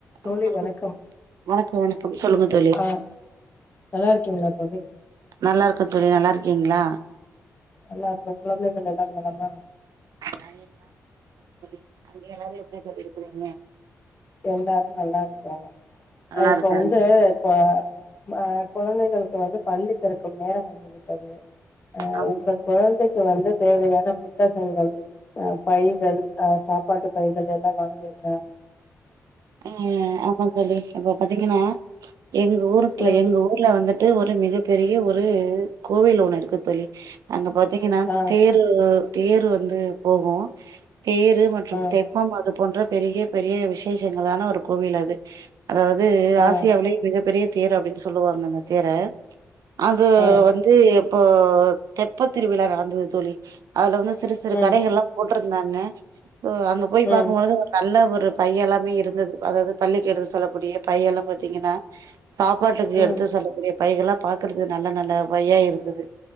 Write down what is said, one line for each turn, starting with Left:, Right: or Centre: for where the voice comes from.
Left: தோழி
Right: ஆ சொல்லுங்க
Left: வணக்கம்
Right: வணக்க வணக்கம் சொல்லுங்க தோழி
Left: அ நல்லாருக்கீங்களா தோழி
Right: நல்லாருக்கோ தோழி நல்லாருக்கீங்களா
Left: நல்லா இருக்கோ குழந்தைகள் எல்லா நலமா
Right: ஆ எல்லாரு நல்லாருகாங்க தோழி அங்க எல்லாரு எப்டி தோழி இருக்குறீங்க
Left: எல்லாரு நல்லாருக்கோ
Right: நல்லா
Left: அ இப்ப
Right: இருக்காங்
Left: வந்து இப்ப அ கொழந்தைகளுக்கு வந்து பள்ளி திறக்கும் நேரம் வந்து விட்டது அ
Right: ஆம்
Left: உங்கள் கொழந்தைக்கு வந்து தேவையான புத்தகங்கள் ஆ பைகள் ஆ சாப்பாட்டு பைகள் எல்லா வாங்கியாச்சா
Right: ம் ஆமா தோழி இப்ப பாத்தீங்கன்னா எங்க ஊர்ருக்குல
Left: ம்
Right: எங்க ஊர்ல வந்துட்டு ஒரு மிக பெரிய ஒரு கோவில் ஒண்ணு இருக்கு தோழி அங்க பாத்தீங்கன்னா
Left: ஆ
Right: தேர் அது தேரு வந்து போகு தேரு மற்றும்
Left: ஆ
Right: தெ ஆமா அது போன்ற பெரிய பெரிய விசேஷங்களான ஒரு கோவில் அது அதாவது
Left: ஆ
Right: ஆசியாவிலயே மிகப் பெரிய தேர் அப்டின் சொல்லுவாங்க அந்த தேர அது
Left: ஆ
Right: வந் து இப்போ தெப்ப திருவிழா நடந்தது தோழி அதுல வந்து சிறு சிறு
Left: ம்
Right: கடைகள்ளா போட்ருந்தாங்க இப்போ அங்க போய்
Left: ம்
Right: பாக்கும்பொழுது ஒரு நல்ல ஒரு பையல்லா மே இருந்தது அதாவது பள்ளிக்கு எடுத்து சொல்லக்கூடிய பையெல்லா பாத்தீங்கன்னா சாப்பாட்டுக்கு
Left: ம்
Right: எடுத்து செல்ல கூடிய பைகளா பாக்குறது நல்ல நல்ல பையா இருந்தது